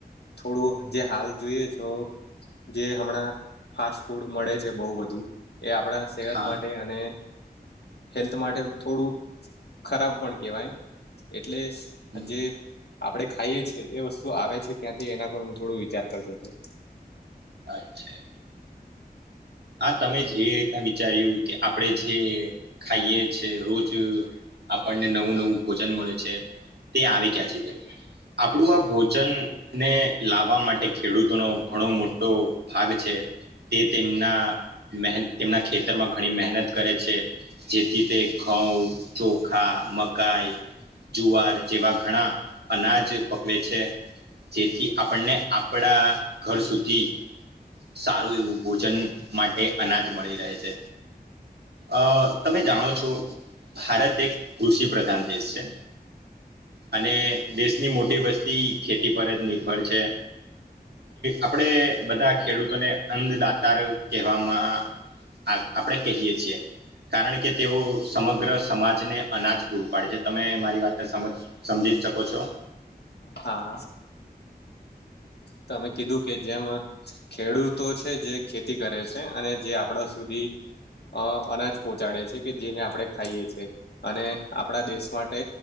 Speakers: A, on the left; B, on the right.
A: થોડું જે હાલ જોઈએ છો જે હમણાં ફાસ્ટ ફૂડ મળે છે, બોઉ બધું એ આપણા સેહત
B: હા
A: માટે અને હેલ્થ માટે થોડું ખરાબ પણ કેવાય એટલે
B: હમ,
A: જે આપડે ખાઈએ છે, એ વસ્તુ આવે છે, ક્યાંથી એના પર હું થોડો વિચાર કરતો તો
B: અચ્છા. હા તમે જે રીતના વિચાર્યું કે આપણે જે ખાઈએ છે, રોજ આપણને નવું નવું ભોજન મળે છે, તે આવે ક્યાંથી તે આપણું આ ભોજન ને લાવવા માટે ખેડૂતોનો ઘણો મોટો ભાગ છે, તે તેમના મેહ તેમના ખેતરમાં ઘણી મહેનત કરે છે. જેથી તે ઘઉં, ચોખા, મકાઈ જુવાર જેવા ઘણા અનાજ પકવે છે. જેથી આપણને આપણા ઘર સુધી સારું એવું ભોજન માટે અનાજ મળી રહે છે. અ તમે જાણો છો ભારત એક કૃષિ પ્રદાન દેશ છે. અને દેશની મોટી વસ્તી ખેતી પર જ નિર્ભર છે. આપણેે બધા ખેડૂતોને અંદદાતાર કહેવામાં આ આપડે કહીયે છીએ કારણ કે તેઓ સમગ્ર સમાજને અનાજ પૂરું પાડે છે, તમે મારી વાતને સમજ સમજી જ શકો છો.
A: હા હા તમે કીધું કે જેમ ખેડૂતો છે, જે ખેતી કરે છે, અને જે આપડા સુધી અ અનાજ પહોંચાડે છે, કે જેને આપણે ખાઈએ છે, અને આપણા દેશ માટે